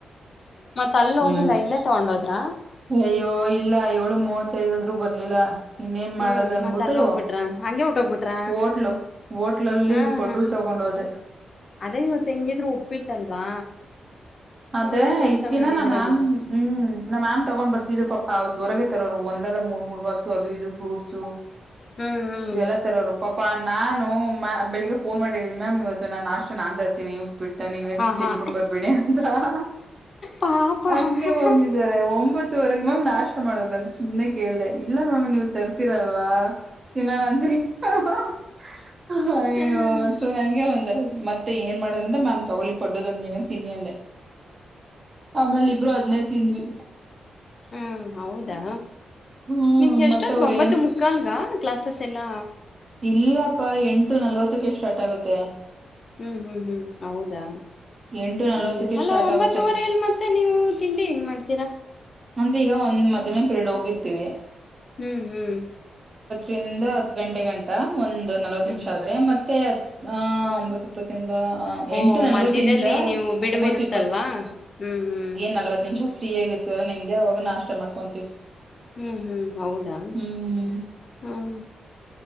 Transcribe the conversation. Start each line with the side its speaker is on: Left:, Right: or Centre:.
Left: ಮತ್ತ ಅಲ್ಲ ಹೋಗಿಲ್ಲ
Right: ಹ್ಮ್
Left: ಇಲ್ಲೇ ತಗೊಂಡೋದ್ರ.
Right: ಅಯ್ಯೋ ಇಲ್ಲ ಏಳು ಮೂವತ್ತೈದಾದ್ರು ಬರ್ಲಿಲ್ಲ. ಇನ್ನೇನ್
Left: ಹ್ಮ್
Right: ಮಾಡೋದ್ ಅನ್ಬಿಟ್ಟು
Left: ಮತ್ತ ಅಲ್ಲಿ ಹೋಗ್ಬಿಟ್ರ ಹಂಗೆ ಹೊಟ್ಟೋಗ್ಬಿಟ್ರ
Right: ಹೋಟ್ಲು ಹೋಟ್ಲಲ್ಲಿ
Left: ಹಾ
Right: ಪೊಡ್ಡು
Left: ಹಾ
Right: ತಗೊಂಡ ಗೊಂಡ ಹೋದೆ.
Left: ಅದೇ ಇವತ್ತು ಹೆಂಗಿದ್ರು ಉಪ್ಪಿಟ್ಟಲ್ವಾ.
Right: ಅದೇ
Left: ಒಳ್ಳೆ ಕೆಲ್ಸ
Right: ಇತ್ತಿನ
Left: ಮಾಡಿದೀರ
Right: ನಮ್ಮ್ ಮಾಮ್
Left: ಬಿಡ್ರಿ
Right: ಹ್ಮ್ ನಮ್ ಮಾಮ್ ತಗೊಂಡ. ಬರ್ತಿದ್ರು ಪಾ ಅವ್ರು ಜೋರಾಗ ತರೋರು ಒಂದಲ್ಲ ಮೂರ್ ಮೂರ್ ಬಾಗಕ್ಸು ಅದು ಇದು ಫ್ರೂಟ್ಸು.
Left: ಹ್ಮ್ ಹ್ಮ್
Right: ಇವೆಲ್ಲಾ ತರೋರು ಪಾಪಾ ನಾನು ಮ ಬೆಳಿಗ್ಗೆ ಫೋನ್ ಮಾಡಿ ಹೇಳಿದಿ ಮ್ಯಾಮ್ ಇವತ್ ತ್ತ ನಾಸ್ಟಾ ನಾನ್ ತರ್ತೀನಿ ಉಪ್ಪಿಟ್ಟ ನೀವ ಏನ
Left: ಆಹಾ
Right: ತಿನ್ಕೊಂಡ್ ಬರ್ಬೇಡಿ ಅಂತ ಹಹ.
Left: ಪಾಪ
Right: ಹಂಗೆ
Left: ಹ್ಮ್
Right: ಬಂದಿದ್ದಾರೆ ಒಂಬತ್ತವರೆಗೆ ಮ್ಯಾಮ್ ನಾಸ್ಟಾ ಮಾಡುದ್ರ ಅಂತ ಸುಮ್ಮನೆ ಕೇಳ್ದೆ ಇಲ್ಲಾ ಮ್ಯಾಮ್ ನೀವು್ ತರ್ತೀ ಲ್ವಾ ತಿನ್ನೋಣ ಅಂದ ಹಹ. ಹ ಅಯ್ಯೋ
Left: ಹ್ಮ್
Right: ಥೋ ನನ್ಗೆ ಒಂದ ತರಾ ಆಯ್ತು. ಮತ್ತ ಏನ್ ಮಾಡೋದ್ರ ಮಾಮ್ ತಗೊಳ್ಳಿ ಪಡ್ಡದೊಂದ ನೀನನ್ ತಿನ್ನಿ ಅಂದೆ. ಆಮೇಲೆ ಇಬ್ರು ಹದ್ನೇ ತಿಂದ್ವಿ.
Left: ಹಾ ಹೌದಾ
Right: ಹ್ಮ್
Left: ನಿಮ್ಗೆ ಎಷ್ಟೊತ್
Right: ಮತ್ತ ಅವ್ರ
Left: ಗೊಂಬತ್ತು
Right: ಏನ್
Left: ಮುಕ್ಕಾಲ್ಗ. ಕ್ಲಾಸಸ್ ಎಲ್ಲಾ
Right: ಇಲ್ಲಪ್ಪಾ ಎಂಟು ನಲ್ವತ್ತಕ್ಕೆ ಸ್ಟಾರ್ಟ್ ಆಗುತ್ತೆ.
Left: ಹ್ಮ್ ಹ್ಮ್ ಹ್ಮ್ ಹೌದಾ
Right: ಎಂಟು ನಲ್ವತ್ತಕ್ಕೆ
Left: ಇನ್ನಲ್ಲ
Right: ಸ್ಟಾರ್ಟ್
Left: ಒಂಬತ್ತುವರೆಲ್
Right: ಆಗುತ್ತೆ
Left: ಮತ್ತೆ ನೀವು ತಿಂಡಿ ನ್ ಮಾಡ್ತೀರಾ.
Right: ಅಂದ್ರೆ ಈಗ ಒಂದ್ ಮದನನೆ ಪೀರಿಯಡ್ ಹೋಗಿರ್ತೀವಿ
Left: ಹ್ಮ್ ಹ್ಮ್
Right: ರಿಂದ ಹತ್ತು ಗಂಟೆ ಗಂಟಾ ಒಂದು ನಲವತ್ತು
Left: ಹ್ಮ್
Right: ನಿಮಿಷ ಆದ್ರೆ ಮತ್ತೆ ಒಂಬತ್ತು ಇಪ್ಪತ್ತ.
Left: ಓ
Right: ಎಂಟು ನಲ್ವತ್.
Left: ಮಧ್ಯದಲ್ಲಿ
Right: <inaudible> ಒತ್ತು
Left: ನೀವು ಬಿಡುವಿರುತ್ತಲ್ವಾ
Right: ಇಪ್ಪತ್ತುಾಗ
Left: ಹ್ಮ್ ಹ್ಮ್
Right: ನಲ್ವ ನಿಮಿಷ ಫ್ರೀ ಆಗಿರ್ತವಲ್ಲ ನಿಮ್ದೆ ಅವ ನಾ. ಇಷ್ಟ ಮಾಡ್ಕೊಂತೀವಿ.
Left: ಹ್ಮ್ ಹ್ಮ್ ಹೌದಾ.
Right: ಹ್ಮ್
Left: ಹ್ಮ